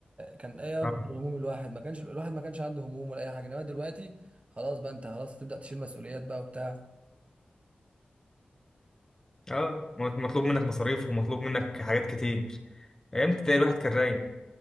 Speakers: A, on the right; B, on the left.
A: كان إيه
B: اه
A: أكبر هموم الواحد ما كانش الواحد ما كانش عنده هموم ولا أي حاجة إنما دلوقتي خلاص بقى أنت خلاص هتبدأ تشيل مسؤوليات بقى وبتاع
B: اه مطلوب منك مصاريف ومطلوب منك حاجات كتير ايام ابتدائي الواحد كان رايق